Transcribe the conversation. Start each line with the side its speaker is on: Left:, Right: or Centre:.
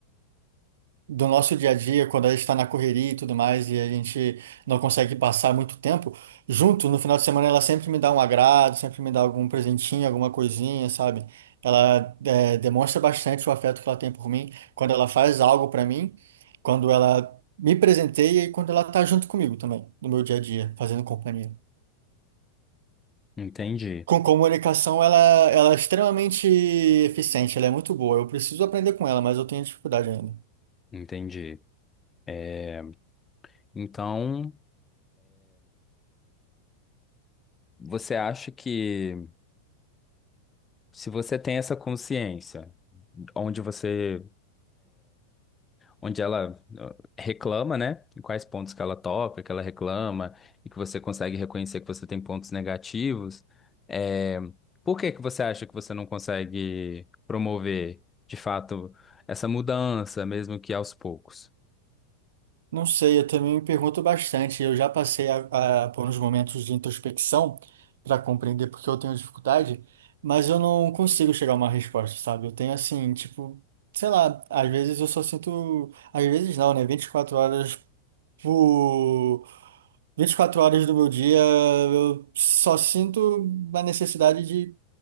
Right: do nosso dia a dia, quando ela está na correria e tudo mais, e a gente não consegue passar muito tempo junto, no final de semana ela sempre me dá um agrado, sempre me dá algum presentinho, alguma coisinha, sabe? Ela é, demonstra bastante o afeto que ela tem por mim quando ela faz algo para mim, quando ela me presenteia e quando ela tá junto comigo também, no meu dia a dia, fazendo companhia.
Left: Entendi,
Right: Com comunicação, ela, ela é extremamente eficiente, ela é muito boa. Eu preciso aprender com ela, mas eu tenho dificuldade ainda.
Left: entendi. É, então, você acha que se você tem essa consciência, onde você onde ela uh, reclama, né? Em quais pontos que ela toca, que ela reclama, e que você consegue reconhecer que você tem pontos negativos. É, Por que que você acha que você não consegue promover, de fato, essa mudança, mesmo que aos poucos?
Right: Não sei, eu também me pergunto bastante. Eu já passei a, a- por uns momentos de introspecção para compreender por que eu tenho dificuldade, mas eu não consigo chegar a uma resposta, sabe? Eu tenho assim, tipo, sei lá, às vezes eu só sinto, às vezes não, né? vinte e quatro horas por 24 horas do meu dia, eu só sinto a necessidade de